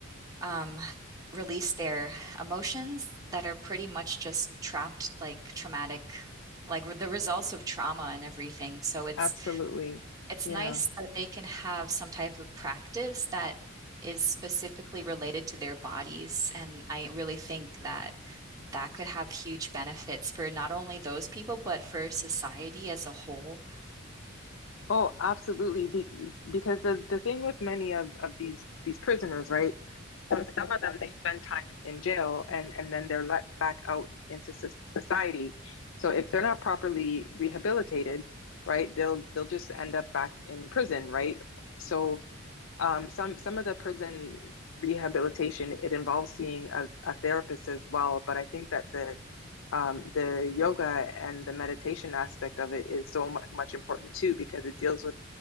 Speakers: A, on the right (about 15°); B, on the left (about 65°).
A: um, release their emotions that are pretty much just trapped, like traumatic, like the results of trauma and everything. So it's
B: absolutely.
A: it's
B: Yeah.
A: nice that they can have some type of practice that is specifically related to their bodies. And I really think that that could have huge benefits for not only those people, but for society as a whole.
B: Oh, absolutely. Be because the, the thing with many of, of these these prisoners, right? So some of them they spend time in jail and and then they're let back out into so- society. So if they're not properly rehabilitated, right, they'll they'll just end up back in prison, right? So um, some some of the prison rehabilitation it involves seeing a, a therapist as well, but I think that the um, the yoga and the meditation aspect of it is so much important too because it deals with